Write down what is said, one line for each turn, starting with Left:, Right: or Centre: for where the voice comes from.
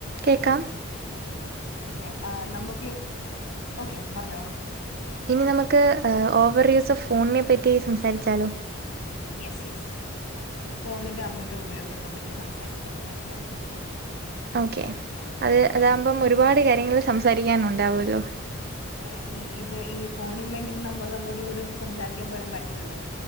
Right: കേക്കാ
Left: ഓക്കെ ആ നമുക്ക് ഓക്കെ പറഞ്ഞോളൂ
Right: ഇനി നമുക്ക് ഓവർ യൂസ് ഓഫ് ഫോണിനെ പറ്റി സംസാരിച്ചാലോ
Left: യെസ് യെസ് ഫോണിന്റെ അമിത ഉപയോഗത്തെപ്പറ്റി സംസാരിക്കാം ഓക്കെയാണ്
Right: ഓക്കേ അത് അതാമ്പം ഒരുപാട് കാര്യങ്ങൾ സംസാരിക്കാൻ ഉണ്ടാവുമല്ലോ
Left: അതെ ഈ ഇത് ഈ ഫോൺ ഇല്ലെങ്കിൽ നമ്മൾക്ക് അങ്ങോട്ടും ഇങ്ങോട്ടും സംസാരിക്കാൻ പോലും പറ്റില്ലല്ലോ